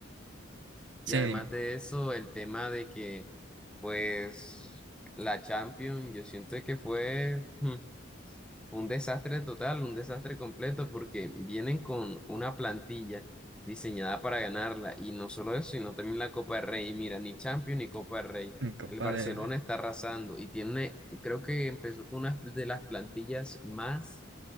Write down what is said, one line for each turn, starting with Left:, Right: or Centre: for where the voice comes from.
Right: sí,
Centre: y además
Right: dime.
Centre: de eso, el tema de que, pues, la Champions, yo siento que fue mm, un desastre total, un desastre completo, porque vienen con una plantilla diseñada para ganarla. Y no solo eso, sino también la Copa del Rey. Y mira, ni Champions ni Copa del Rey.
Right: En Copa
Centre: El Barcelona
Right: del...
Centre: está arrasando y tiene, creo que empezó con una de las plantillas más